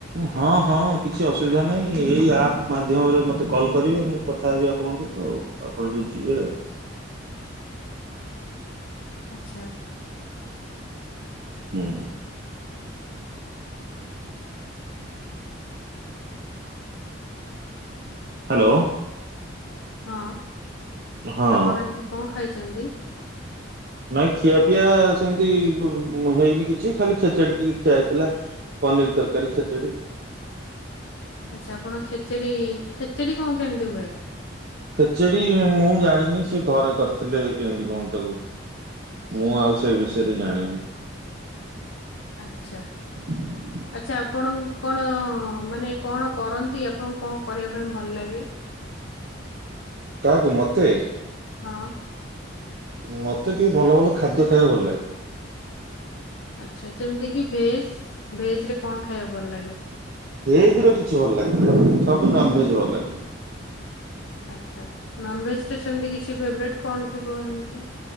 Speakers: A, on the right; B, on the left.
A: ହଁ ହଁ କିଛି ଅସୁବିଧା ନାହିଁ ଏହିଇ ଆପ୍ ମାଧ୍ୟମରେ ମୋତେ କଲ୍ କରିବେ ମୁଁ କଥା ହେବି ଆପଣଙ୍କ ସହିତ ଆଉ ଆପଣ ଯଦି ଯିବେ ଆଉ
B: ଆଛା।
A: ହୁଁ। ହ୍ୟାଲୋ।
B: ହଁ
A: ହଁ।
B: ଆପଣ ଆଜି କଣ ଖାଇଚନ୍ତି।
A: ନାଇଁ ଖିଆ ପିଆ ସେମିତି ବ ହେଇନି କିଛି ଖାଲି ଖେଚେଡି ଟିକେ ଖିଆ ହେଇଥିଲା। ପାନିର ତରକାରୀ ଖେଚିିଡି।
B: ଆଚ୍ଛା ଆପଣ ଖେଚେଡି ଖେଚେଡି କଣ କେମିତି ହୁଏ?
A: କେଚେଡି ମୁଁ ଜାଣିନି ସେ ଘରେ କରିଥିଲେ କେମିତି କଣ ତାକୁ। ମୁଁ ଆଉ ସେ ବିଷୟରେ ଜାଣିନି।
B: ଆଛା।
A: ହ।
B: ଆଚ୍ଛା ଆପଣ କଣ ମାନେ କଣ କରନ୍ତି ଆପଣଙ୍କୁ କଣ କରିବା ପାଇଁ ଭଲ ଲାଗେ?
A: କାହାକୁ ମୋତେ?
B: ହଁ।
A: ମତେ ଟିକେ ଭଲ ଭଲ ଖାଦ୍ୟ ଖାଇବାକୁ ଭଲ ଲାଗେ।
B: ଆଛା ଯେମିତି କି ଭେଜ ଭେଜ ରେ କଣ ଖାଇବାକୁ ଭଲ ଲାଗେ?
A: ଭେଜ୍ ର କିଛି ଭଲ ଲାଗେନା ସବୁ ନନ୍ ଭେଜ୍ ଭଲ ଲାଗେ।
B: ଆଛା ନନ୍ ଭେଜ୍ ରେ ସେମିତି କିଛି ଫେବରେଟ୍ କଣ ଥିବ ଏମତି?